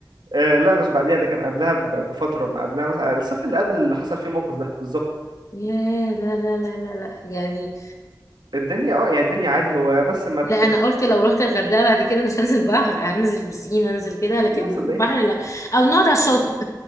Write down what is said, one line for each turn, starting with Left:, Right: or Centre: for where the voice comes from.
Right: آه، لا مش بعديها ده كان قبلها ب- بفتره ما قبلها مثلا الصيف اللي قبل اللي حصل فيه الموقف ده بالظبط
Left: يا لا لا لا لا لا يعني
Right: فالدنيا اه يعني الدنيا عادي هو بس ما ت...
Left: لا انا قلت لو رحت الغردقة بعد كده مش هنزل بحر هنزل بسين هنزل كده لكن
Right: لا صدقني
Left: بحر لا او نقعد على الشاطئ